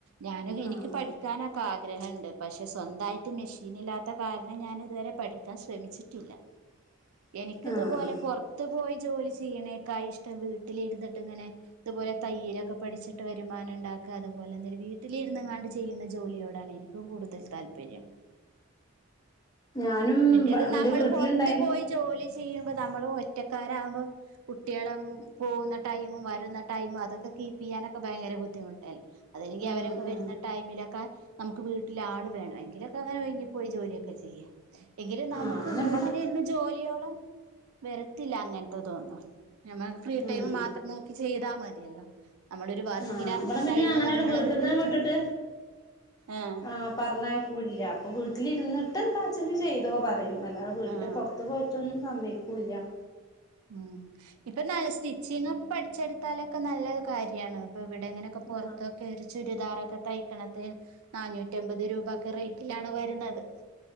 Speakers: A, on the right; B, on the left.
A: ഞാന് ഇനിക്ക്
B: ആഹ്
A: പഠിക്കാനൊക്കെആ ഗ്രഹണ്ട് പക്ഷെ സ്വന്തായിട്ട് മിഷീനില്ലാത്ത കാരണം ഞാന് ഇതുവരെ പഠിക്കാൻ ശ്രമിച്ചിട്ടില്ല
B: <inaudible>
A: എനിക്ക്
B: ആഹ്
A: ഇതുപോലെ
B: ആഹ്
A: പുറത്ത് പോയി ജോലി ചെയ്യണേകായിഇഷ്ടം വീട്ടിലിരുന്നിട്ട് ഇങ്ങനെ തുപോലെ തയ്യലൊക്കെ പടിച്ചിട്ട് വരുമാനണ്ടാ ക്ക അതുപോലെ എന്തേലും വീട്ടിലിര്ന്ന്ങ്ങാണ്ട് ചെയ്യുന്ന ജോലിയോടാണ് എനിക്കും കൂടുതൽ താല്പര്യം
B: ഞാനും
A: മറ്റേത്
B: ഇന്റെ
A: നമ്മള്
B: വീട്ടില്ണ്ടായിരുന്നു
A: പുറത്ത് പോയി ജോലി ചെയ്യുമ്പോ നമ്മള് ഒറ്റക്കാരാവുമ്പോ കുട്ടികളും പോകുന്ന ടൈമും വരുന്ന ടൈമും അതൊക്കെ കീപ്പ്യ്യാനൊക്കെ ഭയങ്കരബുദ്ധിമു ട്ടൽ അതല്ലെങ്കി
B: ഉം
A: അവരൊക്കെ
B: ഉം
A: വരുന്ന ടൈമിലൊക്കെ നമുക്ക് വീട്ടില് ആള് വേണം എങ്കിലൊക്കെ അങ്ങനെ വൈകിപ്പോയി ജോലിയൊക്കെ ചെയ്യാം എങ്കിലും നമുക്ക്
B: ആഹ് പിന്നെ
A: വീട്ടിലിരുന്ന്
B: ഇബടെ
A: ജോലിയോളം വരത്തില്ല അങ്ങനത്തെതൊന്നും ഞമ്മ ഫ്രീ
B: ഉം
A: ടൈം മാത്രം നോക്കി ചെയ്താ മതിയല്ലോ നമ്മളൊരു വർക്കിനറങ്ങി
B: ആഹ് ഇബടെ പിന്നെ
A: കഴിയുമ്പോ
B: അങ്ങനാണ്ട്
A: നമ്മളത്
B: വീട്ട്ന്ന്
A: കൃത്യം
B: വിട്ടിട്ട്
A: ആഹ്
B: ആഹ് പറഞ്ഞയക്കൂല്ല അപ്പൊ വീട്ടിലിരുന്നിട്ട് എന്താച്ചജ്ജ് ചെയ്തോ പറയും അല്ലാതെ വീടിന്റെ
A: ആഹ്
B: പുറത്ത് പോയിട്ടൊന്നും സമയ്ക്കൂല്ല
A: ഉംഇപ്പൊ നല്ല സ്റ്റിച്ചിങ്ങൊക്കെ പഠിച്ചെടു കത്താലൊക്കെ നല്ല കാര്യാണ് ഇപ്പൊ ഇവടെങ്ങനെക്കെ പുറത്തൊക്കെഒരു
B: ആഹ്
A: ചുരിദാറൊക്കെ തയ്ക്കണത്തി നാനൂറ്റമ്പത്ത് രൂപ ഒക്കെ റേറ്റിലാണ് വരുന്നത്